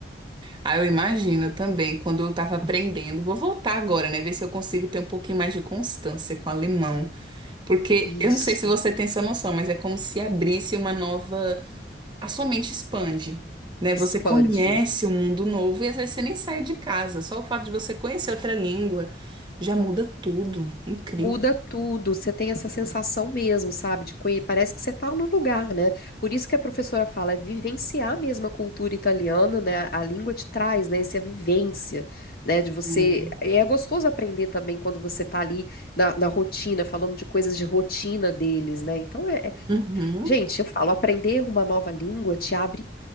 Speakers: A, on the right; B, on the left.
A: Ah, eu imagino também, quando eu estava aprendendo. Vou voltar agora, né? Ver se eu consigo ter um pouquinho mais de constância com o alemão. Porque
B: Isso.
A: eu não sei se você tem essa noção, mas é como se abrisse uma nova. A sua mente expande, né?
B: Expande.
A: Você conhece um mundo novo e às vezes você nem saiu de casa. Só o fato de você conhecer outra língua já muda tudo. Incrível.
B: Muda tudo. Você tem essa sensação mesmo, sabe? De conhe... Parece que você está no lugar, né? Por isso que a professora fala, é vivenciar mesmo a cultura italiana, né? A língua te traz, né? Essa vivência, né? De você.
A: Sim.
B: E é gostoso aprender também quando você tá ali na, na rotina, falando de coisas de rotina deles, né? Então, é... é-
A: Uhum.
B: gente, eu falo, aprender uma nova língua te abre